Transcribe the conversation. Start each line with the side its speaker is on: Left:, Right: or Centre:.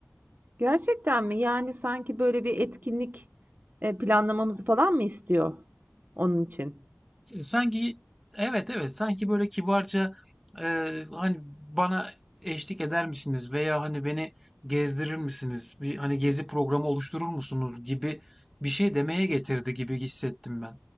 Right: Gerçekten mi? Yani sanki böyle bir etkinlik e, planlamamızı falan mı istiyor onun için?
Centre: E, Sanki evet evet sanki böyle kibarca e, hani bana eşlik eder misiniz veya hani beni gezdirir misiniz? Bir hani gezi programı oluşturur musunuz gibi bir şey demeye getirdi gibi hissettim ben.